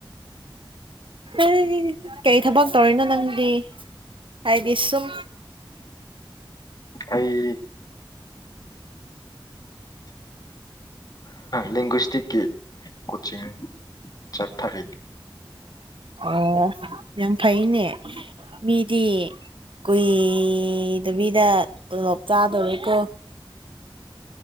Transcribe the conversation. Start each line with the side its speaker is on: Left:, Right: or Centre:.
Right: ꯑꯦ ꯀꯩ ꯊꯕꯛ ꯇꯧꯔꯤꯅꯣ ꯅꯪꯗꯤ ꯍꯥꯏꯗꯤ ꯁꯨꯝ
Left: ꯑꯩ ꯂꯦꯡꯒ꯭ꯁꯇꯤꯛꯀꯤ ꯀꯣꯆꯤꯡ ꯆꯠꯊꯔꯤ
Right: ꯑꯣ ꯌꯥꯝ ꯐꯩꯅꯦ ꯃꯤꯗꯤ ꯀꯨꯏꯗꯕꯤꯗ ꯇꯣꯂꯣꯞ ꯆꯥꯗꯧꯔꯤꯦꯀꯣ